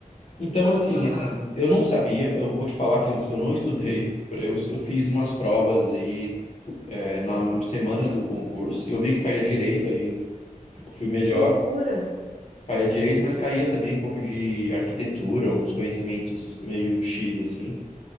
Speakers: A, on the left; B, on the right.
A: Então, assim,
B: Aham.
A: é, eu não sabia, eu vou te falar que eu não estudei. Eu, eu fiz umas provas aí, é, na semana do concurso, e eu vi que caía direito aí, eu fui melhor.
B: Que loucura.
A: Caía direito, mas caía também um pouco de arquitetura, uns conhecimentos meio X assim.